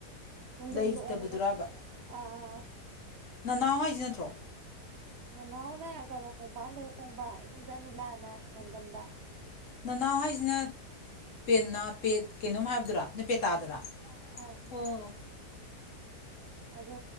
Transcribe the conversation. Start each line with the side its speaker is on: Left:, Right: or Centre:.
Right: ꯅꯨꯡꯊꯝꯗ
Left: ꯂꯩꯇꯕꯗꯨꯔꯕ
Right: ꯑꯣꯡꯕꯗꯣ ꯑꯥ ꯑꯥ <inaudible>
Left: ꯅꯅꯥꯎ ꯍꯥꯏꯁꯤ ꯅꯠꯇ꯭ꯔꯣ
Right: ꯅꯅꯥꯎꯅ ꯀꯩꯅꯣ ꯀꯣꯡꯄꯥꯟꯗ ꯑꯣꯡꯕ ꯏꯗꯣꯝꯆꯥ ꯃꯤꯂꯥꯅ ꯔꯗꯝꯗ
Left: ꯅꯅꯥꯎ ꯍꯥꯏꯁꯤꯅ ꯄꯅꯥ ꯄꯦꯀꯩꯅꯣꯝ ꯍꯥꯏꯕ ꯅꯨ ꯄꯦꯇꯥ ꯑꯗꯨ꯭ꯔ ꯑꯣ
Right: ꯑꯥ ꯑꯗꯣ